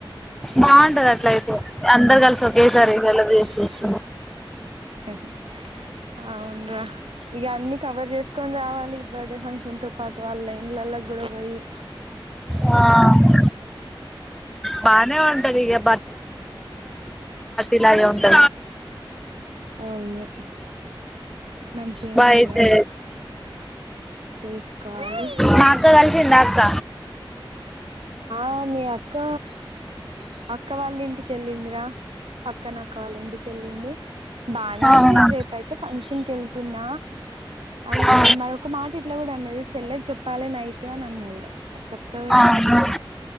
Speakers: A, in the centre; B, on the right (about 85°).
A: బాగుంటది అట్లయితే అందరు కలిసి ఒకే సారి వ చేస్త
B: <inaudible> అవునురా ఇక అన్ని కవర్ చేసుకొని రావాలి బర్త్డే ఫంక్షన్ తో పాటు వాళ్ళ ఇంలలో కూడా పోయి అంత
A: ఆ బానే ఉంటది ఇక ఇలాగే ఉంటది
B: అవును మంచిగానే
A: బాగా అయితే
B: ఈగ తీసుకోవాలి
A: మా అక్క కలిసిందా అక్క
B: ఆ మీ అక్క అక్క వాళ్ళ ఇంటికి వెళ్ళిందిరా పక్కన అక్క వల్ల ఇంటికి వెళ్ళింది బాగానే ఉంది
A: అవునా
B: రేపు అయితే ఫంక్షన్ వెళ్తున్న అని అన్నది
A: ఆ
B: మరి ఒక మాట ఇట్లా కూడా అన్నది చెల్లే కి చెపు ప్పాలే నైట్గా అని అన్నది అది చెప్తదేమో
A: ఆహా
B: నీకు